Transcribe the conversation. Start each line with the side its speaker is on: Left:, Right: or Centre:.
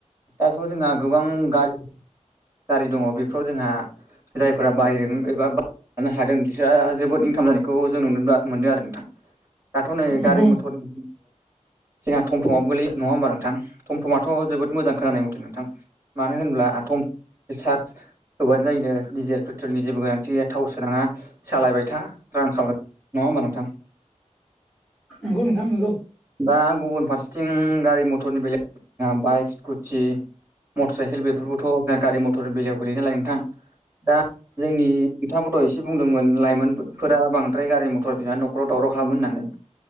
Right: दास' जोंहा गोबां गारि गारि दङ' बेफोराव जोंहा जायफोरा बायदों एबा लानो हादों बिसोरहा जोबोद इनकाम जानायखौ जों नु ना मोनदों आरो नोंथां दाथ' नै
Centre: नोंगौ
Right: गारि मथर <unintelligible> जोंहा टम टमाबो गोलैयो नङा होमबा नोंथां? टम टमाथ' जोबोद मोजां खोनानाय मथे नोंथां। मानो होनब्ला टम सार्ज होबानो जायो नो डिजेल पेट्रलनि जेबो गोनांथि गैया थाव सोनाङा। सालायबाय था रां खामाय नङा होमबा नोंथां?
Centre: नोंगौ नोंथां नोंगौ।
Right: बा गुबुन फारसेथिं गारि मथरनि बेलेग <inaudible> बाइक स्कुटि मटर साइकेल बेफोरखौथ' जोंहा गारि मथरनि बेलायाव गोलैयो नालाय नोंथां दा जोंनि बिथांआबो दहायसो बुंदोंमोन लाइमोनफोरा बांद्राय गारि मथर बिनानै न'खराव दावराव खालामो होननानै।